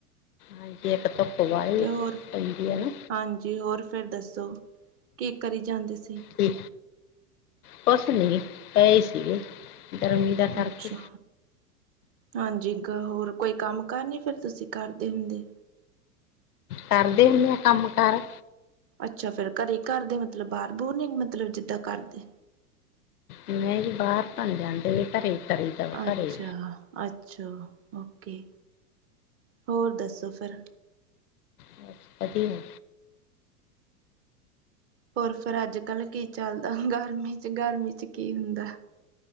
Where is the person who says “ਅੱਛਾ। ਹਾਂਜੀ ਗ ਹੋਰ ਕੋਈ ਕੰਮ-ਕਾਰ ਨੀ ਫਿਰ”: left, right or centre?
Right